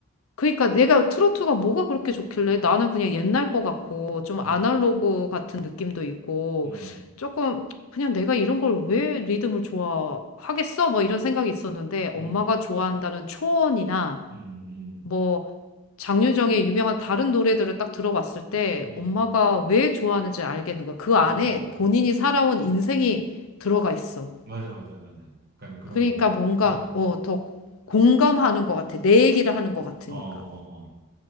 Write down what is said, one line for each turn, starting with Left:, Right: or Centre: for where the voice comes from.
Left: 그러니까 내가 트로트가 뭐가 그렇게 좋길래 나는 그냥 옛날 거 같고 좀 아날로그
Right: 음,
Left: 같은 느낌도 있고
Right: 음,
Left: 조금 그냥 내가 이런 걸 왜 리듬을 좋아하겠어? 뭐 이런 생각이 있었는데
Right: 음,
Left: 엄마가 좋아한다는 초원이나
Right: 음, 음,
Left: 뭐 장윤정의 유명한 다른 노래들을 딱 들어봤을 때
Right: 음.
Left: 엄마가 왜 좋아하는지 알겠는 거야. 그 안에
Right: 어,
Left: 본인이 살아온 인생이 들어가 있어.
Right: 맞아, 맞아, 맞아. 약간 그런,
Left: 그러니까 뭔가
Right: <laughs>
Left: 어, 더 공감하는 것 같아. 내 얘기를 하는 것 같으니까.
Right: 어, 어, 어.